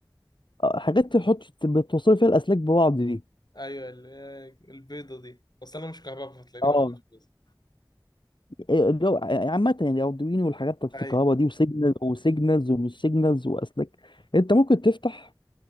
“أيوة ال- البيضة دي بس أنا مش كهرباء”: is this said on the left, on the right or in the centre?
Left